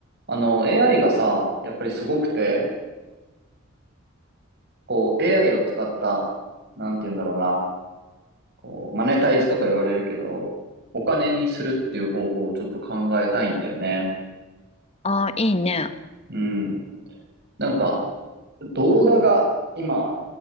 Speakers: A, on the right; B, on the left.
A: あの、AI がさ、やっぱりすごくて、こう、AI を使った、なんて言うんだろうな、こう、マネタイズとか言われるけど、お金にするっていう方法をちょっと考えたいんだよね。
B: ああ、いいね。
A: うん。なんか、動画が今、